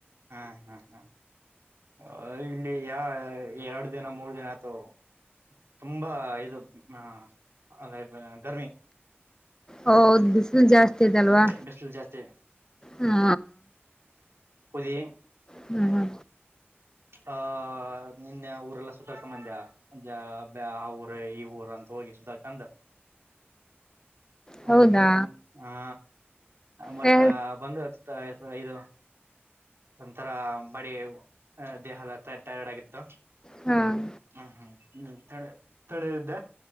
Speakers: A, on the right; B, on the left.
A: ಹಾ ಹಾ ಹಾ ಅ ಇಲ್ಲಿ ಯ ಎರಡ್ ದಿನ ಮೂರ್ ದಿನ ಆಯ್ತವ್ ಅವು ತುಂಬಾ ಇದು ಹ ಅಂದ್ರೆ ಗರ್ಮಿ.
B: ಹೌದು ಬಿಸ್ ಜಾಸ್ತಿ ಇದಲ್ವಾ
A: ಬಿಸಿಲು ಜಾಸ್ತಿ
B: ಹಾ
A: ಪುದಿ
B: ಹ್ಮ್ ಹ್ಮ
A: ಆ ನಿನ್ನೆ ಊರೆಲ್ಲ ಸುತ್ತಡ್ ಮಂದ ಜಾಬೆ ಆ ಊರ ಈ ಊರ ಅಂಥೋಗಿ ಸುತ ಕಂದ ಹ
B: ಹೌದಾ
A: ಸುತ್ತಾಡ್ಕಂ ಹಾ ಮಟ್ಟ
B: ಹ
A: ಬಂದಚ್ ತ ಫ ಇದು ಒಂಥರ ಬಡೆ ದೇಹಾಲ ತ ಟಯರ್ಡ್ ಆಗಿತ್ತು
B: ಹ್ಮ್
A: ಹ್ಮ್ ಹ್ಮ್ ತಣ್ ತಣದಿದ್ದ